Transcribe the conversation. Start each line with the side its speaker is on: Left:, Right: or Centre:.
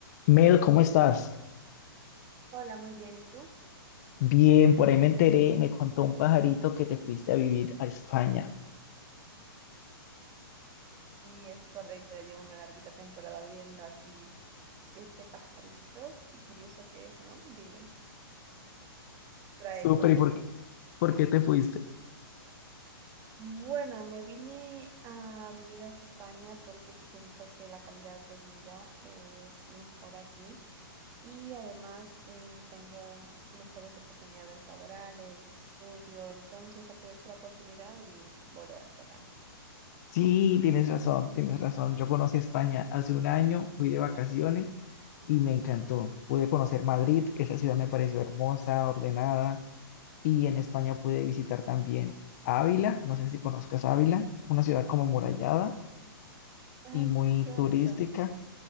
Left: Mel, ¿cómo estás?
Right: Hola, muy bien. ¿Y tú?
Left: Bien, por ahí me enteré, me contó un pajarito que te fuiste a vivir a España.
Right: Sí, es correcto, ya llevo una larguita temporada viendo aquí ese pajarito. Qué curioso que es, ¿no? Dime, trae
Left: Súper,
Right: por ahí.
Left: ¿y por qué? ¿Por qué te fuiste?
Right: Bueno, me vine a vivir a España porque siento que la calidad de vida es mejor aquí y además mm, tengo mejores oportunidades laborales, de estudio, entonces aprovecho la oportunidad y volé hasta acá.
Left: Sí, tienes razón, tienes razón. Yo conocí España hace un año, fui de vacaciones y me encantó. Pude conocer Madrid, esa ciudad me pareció hermosa, ordenada, y en España pude visitar también Ávila, no sé si conozcas Ávila, una ciudad como amurallada
Right: Ay,
Left: y muy
Right: sí, qué bonito.
Left: turística.